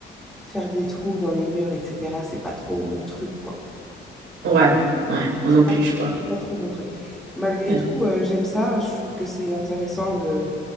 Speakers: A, in the centre; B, on the right.
A: faire des trous dans les murs, etc. C'est pas trop mon truc, quoi.
B: Ouais. Ouais. Moi
A: C'est
B: non
A: pas,
B: plus, je pense.
A: c'est pas trop mon truc. Malgré
B: Ouais.
A: tout, euh, j'aime ça. Je trouve que c'est intéressant de,